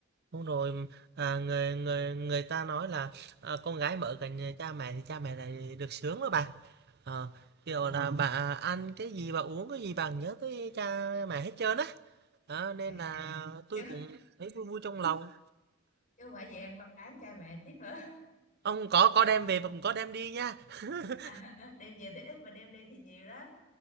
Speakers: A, on the right; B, on the left.
A: đúng rồi à, người người người ta nói là à, con gái mà ở gần nhà cha mẹ thì cha mẹ lại được sướng đó bà Ờ,
B: ờ
A: kiểu là bà ăn cái gì bà uống cái gì bà nhớ tới cha mẹ hết trơn á Đó, nên
B: à
A: là tôi
B: chứ
A: cũng thấy vui vui trong lòng
B: chứ không phải về ăn bán cha mẹ tiếp nữa
A: Ông có có đem về và cũng có đem đi nha. <laughs>
B: à, <laughs> đem về thì ít mà đem đi thì nhiều đó